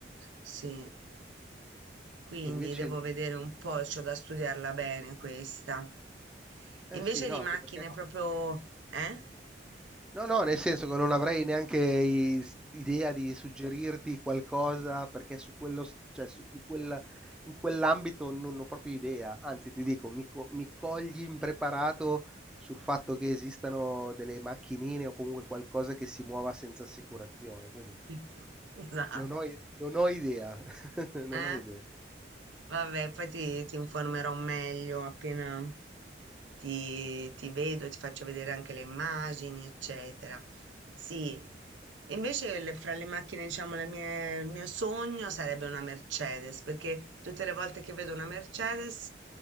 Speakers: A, on the right; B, in the centre.
A: sì. Quindi
B: E Invece
A: devo vedere un po', c'ho da studiarla bene questa.
B: Eh
A: Invece
B: sì, no,
A: di
B: anche
A: macchine
B: perché...
A: proprio, eh?
B: No, no, nel senso che non avrei neanche i- idea di suggerirti qualcosa perché su quello, s- cioè su- di quella- in quell'ambito non ho proprio idea. Anzi, ti dico, mi, co- mi cogli impreparato sul fatto che esistano delle macchinine o comunque qualcosa che si muova senza assicurazione. Quindi
A: <laughs> Esatto.
B: non ho, i- non ho idea. <laughs> Non
A: Eh?
B: ho idea.
A: Vabbè, poi ti, ti informerò meglio appena ti, ti vedo, ti faccio vedere anche le immagini, eccetera. Sì, invece le- fra le macchine, diciamo, le mie- il mio sogno sarebbe una Mercedes, perché tutte le volte che vedo una Mercedes